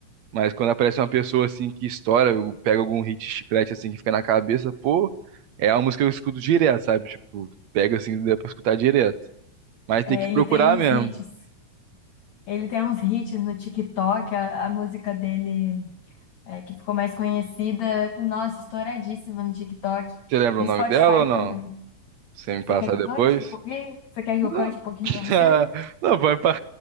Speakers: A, on the right (about 65°); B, on the left (about 60°).
A: Mas quando aparece uma pessoa assim que estoura, eu pego algum hit chiclete assim que fica na cabeça, pô, é uma música que eu escuto direto, sabe? Tipo, pega assim, dá pra escutar direto. Mas
B: É,
A: tem que procurar
B: ele tem uns
A: mesmo.
B: hits. Ele tem uns hits no TikTok, a a música dele. é, que ficou mais conhecida, nossa, estouradíssima no TikTok,
A: Você lembra
B: no
A: o nome
B: Spotify
A: dela ou não?
B: também.
A: Você me
B: Você
A: passar
B: quer que eu
A: depois?
B: cante um pouquinho? Você quer que
A: Não.
B: eu cante um pouquinho
A: <laughs>
B: pra você?
A: Não, pode, pa-